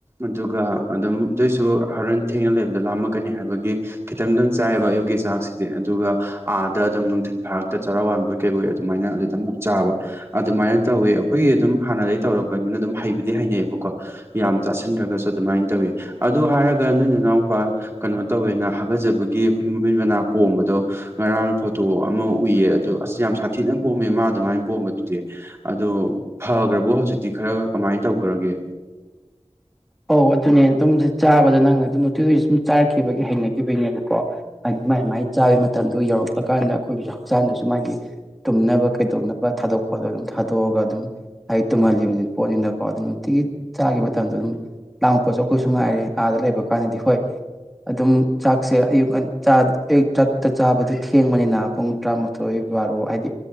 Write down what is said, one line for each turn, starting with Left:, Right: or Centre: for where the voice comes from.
Right: ꯑꯗꯨꯒ ꯑꯗꯨꯝ ꯑꯗꯨꯏꯁꯨ ꯍꯣꯔꯦꯟ ꯊꯦꯡꯅ ꯂꯩꯕꯗꯥ ꯂꯥꯝꯃꯛꯀꯅꯤ ꯍꯥꯏꯕꯒꯤ ꯈꯤꯇꯪꯗꯪ ꯆꯥꯏꯌꯦꯕ ꯑꯌꯨꯛꯀꯤ ꯆꯥꯛꯁꯤꯗꯤ ꯑꯗꯨꯒꯥ ꯑꯥꯗꯥ ꯑꯗꯨꯝ ꯅꯨꯡꯊꯤꯟꯜ ꯐꯥꯔꯛꯇ ꯆꯥꯔꯥ ꯋꯥꯟꯕꯣꯏ ꯀꯩꯕꯣꯏ ꯑꯗꯨꯃꯥꯏꯅ ꯑꯗꯨꯗꯥ ꯑꯃꯨꯛ ꯆꯥꯕ ꯑꯗꯨꯃꯥꯏꯅ ꯇꯧꯋꯦ ꯑꯥꯈꯣꯏꯒꯤ ꯑꯗꯨꯝ ꯍꯥꯟꯅꯗꯒꯤ ꯇꯧꯔꯛꯄꯅꯤꯅ ꯑꯗꯨꯝ ꯍꯩꯕꯨꯗꯤ ꯍꯩꯅꯩꯕꯀꯣ ꯌꯥꯝ ꯆꯥꯁꯤꯟꯗ꯭ꯔꯥꯒꯁꯨ ꯑꯗꯨꯃꯥꯏꯅ ꯇꯧꯋꯤ ꯑꯗꯨ ꯍꯥꯏꯔꯥꯒ ꯅꯣꯏꯅ ꯅꯅꯥꯎꯄꯥ ꯀꯩꯅꯣ ꯇꯧꯋꯦꯅ ꯍꯥꯒꯠꯆꯕꯒꯤ ꯑꯩꯈꯣꯏꯒꯤ ꯃꯃꯤꯠ ꯃꯅꯥ ꯄꯣꯝꯕꯥꯗꯣ ꯉꯔꯥꯡ ꯐꯣꯇꯣ ꯑꯃꯥ ꯎꯏꯌꯦ ꯑꯗꯨ ꯑꯁ ꯌꯥꯝ ꯁꯥꯊꯤꯅ ꯄꯣꯝꯃꯦ ꯃꯥ ꯑꯗꯨꯃꯥꯏꯅ ꯄꯣꯝꯕꯗꯨꯗꯤ ꯑꯗꯣ ꯐꯈ꯭ꯔꯥꯕꯣ ꯍꯧꯖꯤꯛꯇꯤ ꯈꯔꯥ ꯀꯃꯥꯏꯅ ꯇꯧꯈ꯭ꯔꯒꯦ
Centre: ꯑꯧ ꯑꯗꯨꯅꯦ ꯑꯗꯨꯝ ꯆꯥꯕꯗ ꯅꯪꯅ ꯑꯗꯨꯝ ꯑꯗꯨꯒꯤ ꯁꯨꯝ ꯆꯥꯔꯛꯈꯤꯕꯒꯤ ꯍꯩꯅꯈꯤꯕꯒꯤꯅꯦꯕꯀꯣ ꯍꯥꯏꯗꯤ ꯃꯥꯥꯏ ꯃꯥꯏ ꯆꯥꯕ ꯃꯇꯝꯗꯨ ꯌꯧꯔꯛꯄ ꯀꯥꯟꯗ ꯑꯩꯈꯣꯏꯒꯤꯁꯨ ꯍꯛꯆꯥꯡꯗꯁꯨ ꯃꯥꯒꯤ ꯇꯨꯝꯅꯕ ꯀꯩꯗꯧꯅꯕ ꯊꯥꯗꯣꯛꯄꯗꯣ ꯑꯗꯨꯝ ꯊꯥꯗꯣꯛꯑꯒ ꯑꯗꯨꯝ ꯍꯥꯏꯗꯤ ꯇꯨꯝꯍꯜꯂꯤꯕꯅꯤꯅ ꯄꯣꯠꯅꯤꯅꯀꯣ ꯑꯗꯨꯝ ꯅꯨꯡꯇꯤꯒꯤ ꯆꯥꯒꯤ ꯃꯇꯝꯗ ꯑꯗꯨꯝ ꯂꯥꯡꯉꯛꯄꯁꯨ ꯑꯩꯈꯣꯏꯁꯨ ꯉꯥꯏꯔꯦ ꯑꯥꯗ ꯂꯩꯕ ꯀꯥꯟꯗꯗꯤ ꯍꯣꯏ ꯑꯗꯨꯝ ꯆꯥꯛꯁꯦ ꯑꯌꯨꯛ ꯑꯌꯨꯛ ꯆꯥꯛꯛꯇ ꯆꯥꯕꯗꯨ ꯊꯦꯡꯕꯅꯤꯅ ꯄꯨꯡ ꯇꯔꯥꯃꯥꯊꯣꯏ ꯕꯥꯔꯣ ꯍꯥꯏꯗꯤ